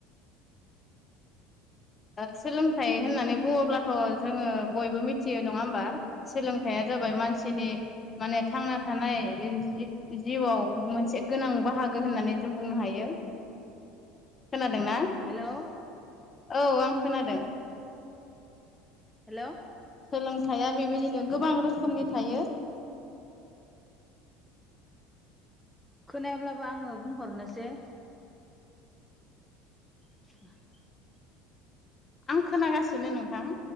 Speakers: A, on the left; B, in the centre.
A: सोलोंथाइ होननानै बुङोब्लाथ' जोङो बयबो मिथियो नङा होमबा सोलोंथाइया जाबाय मानसिनि माने थांना थानाय जि जिउआव मोनसे गोनां बाहागो होननानै जों बुंनो हायो खोनादोंना
B: हेल'
A: औ आं खोनादों
B: हेल'
A: सोलोंथाइया बेबायदिनो गोबां रोखोमनि थायो
B: खोनायाब्लाबो आङो बुंहरनोसै <unintelligible>
A: आं खोनागासिनो नोंथां